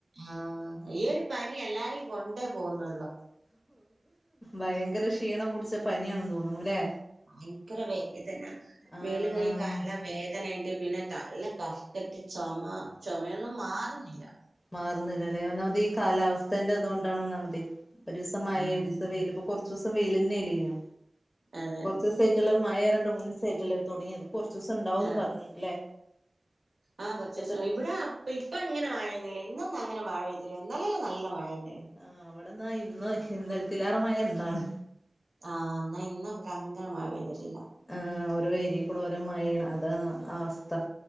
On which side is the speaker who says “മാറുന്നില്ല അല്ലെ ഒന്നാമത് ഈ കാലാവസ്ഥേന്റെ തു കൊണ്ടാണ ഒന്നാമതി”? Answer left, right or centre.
Left